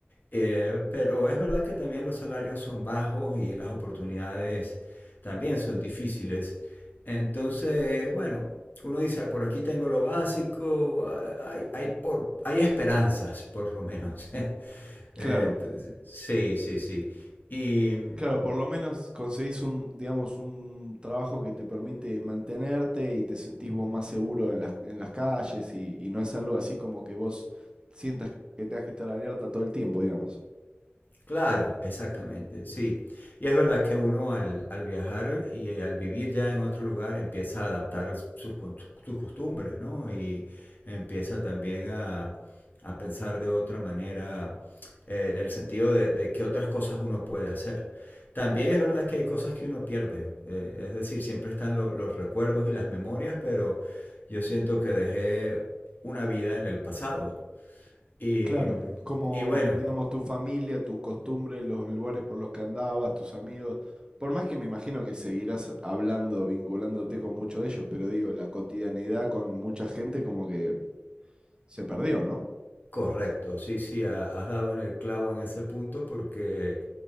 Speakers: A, on the left (about 50°); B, on the right (about 25°).
A: Eh, pero es verdad que también los salarios son bajos y las oportunidades también son difíciles. Entonces, bueno, uno dice, "Ah, por aquí tengo lo básico, ah, hay, hay por, hay esperanzas, por lo menos. <laughs> entonces,
B: claro.
A: sí, sí, sí. Y,
B: Claro, por lo menos conseguís un, digamos, un trabajo que te permite mantenerte y te sentís vos más seguro en las, en las calles y, y no es algo así como que vos sientas que tengas que estar alerta todo el tiempo, digamos.
A: Claro, exactamente, sí. Y es verdad que uno al, al viajar y eh, al vivir ya en otro lugar empieza a adaptar sus, con- sus costumbres, ¿no? Y empieza también a, a pensar de otra manera eh, en el sentido de, de qué otras cosas uno puede hacer. También es verdad que hay cosas que uno pierde, eh, es decir, siempre están lo- los recuerdos y las memorias, pero yo siento que dejé una vida en el pasado. Y,
B: Claro, como,
A: y bueno,
B: digamos, tu familia, tus costumbres, los lugares por los que andabas, tus amigos, por más que me imagino que seguirás hablando, vinculándote con muchos de ellos, pero digo, la cotidianidad con mucha gente como que se perdió, ¿no?
A: Correcto, sí, sí, ha- has dado en el clavo en ese punto porque